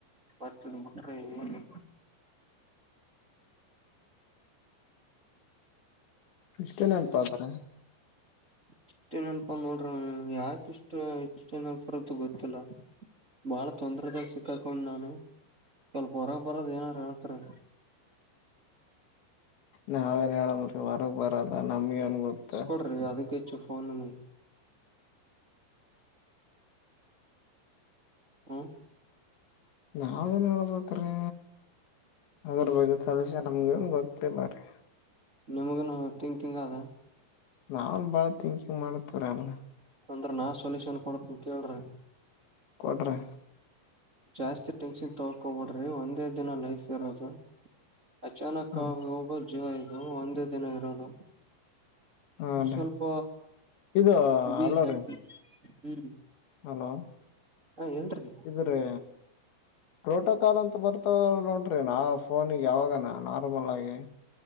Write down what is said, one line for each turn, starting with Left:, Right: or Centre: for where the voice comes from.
Right: ಮತ್ತ್ ಮುಟ್ರೆಏನಿಲ್ಲಾ.
Left: ಇಷ್ಟೇ ನೆನಪು ಆತನಾ.
Right: ಇಷ್ಟೇ ನೆನಪು ನೋಡ್ರಿ ಯಾಕ್ ಇಷ್ಟು ಇಷ್ಟು ನನೆಪು ಇರುತ್ತೆ ಗೊತ್ತಿಲ್ಲ. ಬಾಳ ತೊಂದ್ರೆದಾಗ ಸಿಕ್ಕಕೊಂಡ್ ನಾನು ಸ್ವಲ್ಪ ಹೊರ ಬರದ ಏನಾರ ಹೇಳ್ತಿರಾ.
Left: ನಾವೇನ್ ಹೇಳದ್ ನೋಡ್ರಿ ಹೊರಗ್ ಬರೋದು ನಮಗೇನು ಗೊತ್ತು.
Right: ಬರಿ ಅದಕ್ಕೆ ಹೆಚ್ಚು ಫೋನು. ಹಾ.
Left: ನಾವೇನ್ ಹೇಳ್ಬೇಕ್ರೀ ಅದ್ರ ಬಗ್ಗೆ ಸೊಲ್ಯೂಷನ್ ನಮ್ಗ ನ್ ಗೊತ್ತಿಲ್ಲ ರೀ.
Right: ನಿಮಗೇನು ಥಿಂಕಿಂಗ್ ಅದ.
Left: ನಾನ್ ಬಹಳ ಥೀಕಿಂಗ್ ಮಾಡತವ್ರ ಅನ್ಗೆ.
Right: ಅಂದ್ರ ನಾ ಸೊಲ್ಯೂಷನ್ ಕೊಡತ್ತೀನಿ ಕೇಳ್ರಿ.
Left: ಕೊಡ್ರಿ.
Right: ಜಾಸ್ತಿ ಟೆನ್ಷನ್ ತಗಕೊಬಿಡ್ರಿ ಒಂದೇ ದಿನ ಲೈಫ್ ಇರೋದು. ಅಚಾನಕ್ಕಾಗಿ
Left: ಹ್ಮ್
Right: ಹೋಗೋ ಜೀವ ಇದು ಒಂದೇ ದಿನ ಇರೋದು.
Left: ಹಾ ರೀ
Right: ಸ್ವಲ್ಪ
Left: ಇದು
Right: ಬಿ
Left: ಹಲೋ
Right: ಹ್ಯಾಪಿ
Left: ರೀ
Right: ಹ್ಮ್.
Left: ಹಲೋ.
Right: ಹಾ ಹೇಳ್ರಿ.
Left: ಇದು ರೀ ಪ್ರೋಟೋಕಾಲ್ ಅಂತ ಬರುತ್. <unintelligible> ನೋಡ್ರಿ ನಾ ಫೋನಿಗೆ ಯಾವಾಗನಾ ನಾರ್ಮಲ್ ಆಗಿ.